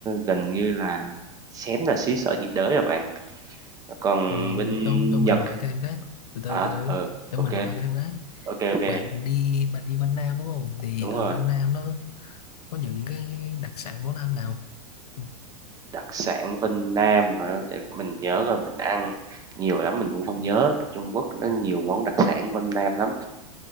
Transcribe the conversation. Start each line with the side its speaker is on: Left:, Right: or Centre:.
Right: gần như là xém là xứ sở nhiệt đới rồi bạn. Còn
Left: ờ,
Right: bên
Left: cho cho mình
Right: Nhật
Left: hỏi thêm cái từ từ
Right: hả?
Left: từ từ
Right: Ừ,
Left: cho
Right: ok,
Left: mình hỏi thêm cái
Right: ok, ok,
Left: bạn đi bạn đi Vân Nam đúng không thì
Right: đúng
Left: ở
Right: rồi.
Left: Vân Nam nó có những cái đặc sản món ăn nào Ừ,
Right: Đặc sản bên Nam hả? Để mình nhớ rồi mình ăn nhiều lắm mình cũng không nhớ. Trung Quốc nó nhiều món đặc sản bên Nam lắm.